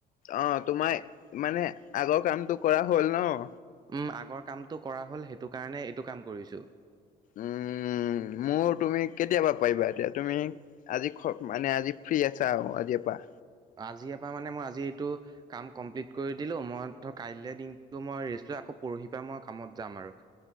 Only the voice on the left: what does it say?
অ', তোমাৰ মানে আগৰ কামটো কৰা হ'ল ন।
উম, মোৰ তুমি কেতিয়াবা পাৰিবা এতিয়া তুমি আজি খ মানে আজি ফ্ৰী আছা আৰু আজিৰ পৰা।